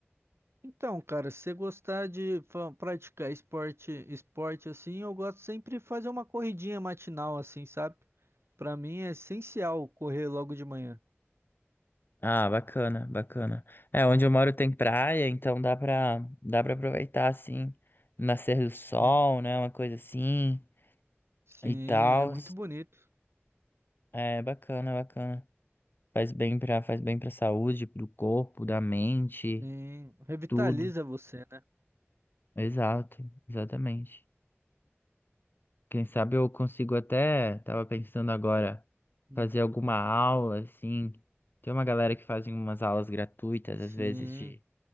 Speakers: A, on the right (about 65°); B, on the left (about 50°).
A: Então, cara, se você gostar de fa- praticar esporte, esporte assim, eu gosto sempre de fazer uma corridinha matinal assim, sabe? Pra mim é essencial correr logo de manhã.
B: Ah, bacana, bacana. É, onde eu moro tem praia, então dá pra, dá pra aproveitar, assim, o nascer do sol,
A: Hum.
B: né, uma coisa assim
A: Sim,
B: e tal.
A: é muito bonito.
B: É, bacana, bacana. Faz bem pra, faz bem pra saúde, pro corpo, da mente,
A: Sim, revitaliza
B: tudo.
A: você, né?
B: Exato, exatamente. Quem sabe eu consigo até, tava pensando agora,
A: Hum.
B: fazer alguma aula, assim. Tem uma galera que faz umas aulas gratuitas,
A: Sim,
B: às vezes, de,